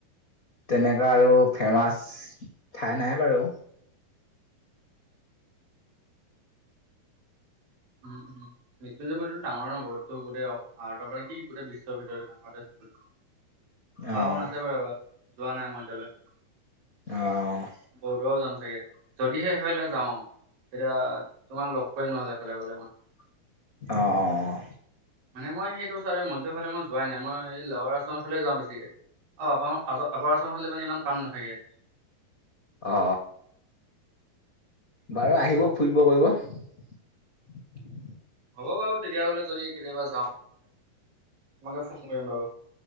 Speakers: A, on the left; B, on the right.
A: তেনেকুৱা আৰু ফেমাচ ঠাই নাই বাৰু
B: <unintelligible> <unintelligible> ডাঙৰ নহ বহুতো গোটেই আহতৰ পৰা কি গোটেই বিশ্বৰ ভিতৰ ডাঙৰ চ চাহখন
A: অ'
B: আছে বাৰুব যোৱা নাই মই এতিয়ালৈ
A: অ'
B: বৰদোৱাও যাম চাগে যদিহে সেইফ অ তেতিয়া তোমাক লগ কৰিম নহলে সেফালে গ'লে মই।
A: অ অ অ
B: মানে মই সেইটো চাইডে মধ্য কাৰণে মই যোৱাই নাই মই লোৱাৰ আচামৰ ফালে যাওঁ বেছিকৈ। অ আপা আপাৰ অসমৰ ফালে মানে ইমান কাম নাথাকে।
A: অ অ বাৰু আহিব ফুৰিব পাৰিব।
B: হ'ব বাৰু তেতিয়া হলে যদি কেতিয়াবা যাওঁ। তোমাকে ফোন কৰিম বাৰু